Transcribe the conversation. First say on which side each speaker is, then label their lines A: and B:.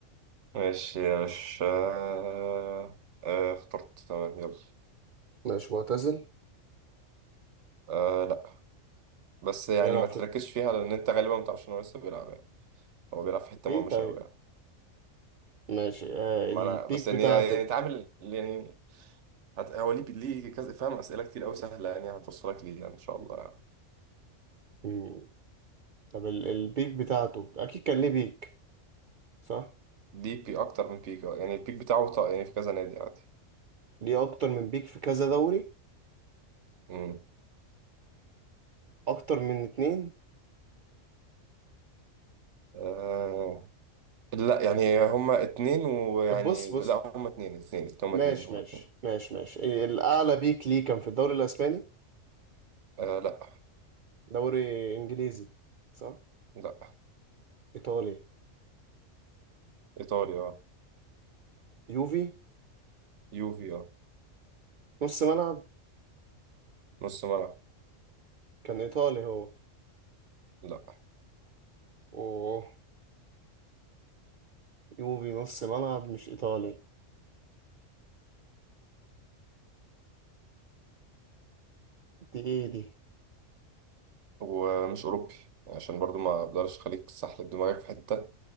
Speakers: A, on the right; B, on the right.
A: ماشي يا باشا آه، آه، اخترت تمام يلا
B: ماشي معتزل
A: آه لا بس يعني
B: بيلعب
A: ما
B: في
A: تركزش فيها لان انت غالبا ما تعرفش ان هو لسه بيلعب يعني هو بيلعب في حته
B: ليه
A: مهمشه
B: طيب
A: قوي يعني
B: ماشي آه
A: ما
B: البيك
A: انا بس يعني
B: بتاعته
A: يعني اتعامل يعني هت... هو ليه ليه كذا فاهم اسئله كتير قوي سهله يعني هتوصلك ليه يعني ان شاء الله يعني.
B: مم. طب ال- البيك بتاعته اكيد كان ليه بيك صح
A: ليه بي اكتر من بيك يعني البيك بتاعه طا- يعني في كذا نادي عادي
B: ليه اكتر من بيك في كذا دوري
A: امم
B: اكتر من اتنين
A: آه لا يعني هما اتنين ويعني
B: طب بص بص
A: لا هما اتنين اتنين هما
B: ماشي
A: اتنين هما
B: ماشي
A: اتنين
B: ماشي ماشي ال- الاعلى بيك ليه كان في الدوري الاسباني
A: آه لا
B: دوري انجليزي صح
A: لا
B: ايطالي
A: ايطاليا آه.
B: يوفي
A: يوفي
B: نص ملعب
A: اه نص ملعب
B: كان ايطالي هو
A: لا
B: اوه يوفي نص ملعب مش ايطالي دي ايه دي
A: ومش أوروبي عشان برضو ما أقدرش أخليك تسحلب دماغك في حتة